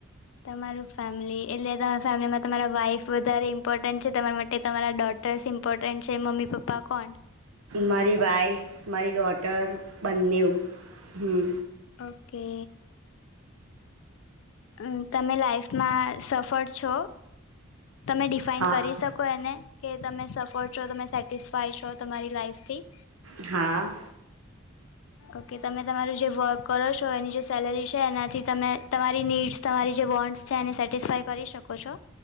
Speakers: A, on the left; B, on the right.
A: તમારું ફેમિલી એટલે તમારા ફેમિલીમાં તમારા વાઇફ વધારે ઇમ્પોર્ટન્ટ છે તમારા માટે તમારા ડોટ ડ્રેસ ઈમ્પોર્ટન્ટ છે મમ્મી પપ્પા કોણ
B: મારી વાઈફ મારી ડોટર બંને એવું
A: ઓકે. અ તમે લાઈફમાં સફળ છો તમે ડિફાઈન
B: હા
A: કરી શકો કો એને કે તમે સફળ છો તમે સેટિસફાય છો તમારી લાઈફથી
B: હા.
A: ઓકે તમે તમારું જે વર્ક કરો છો એની જે સેલરી છે એનાથી તમે તમારી તમારી નીડસ તમારી જે બોન્ડસ છે એને સેટિસ્ફાય કરી શકો છો?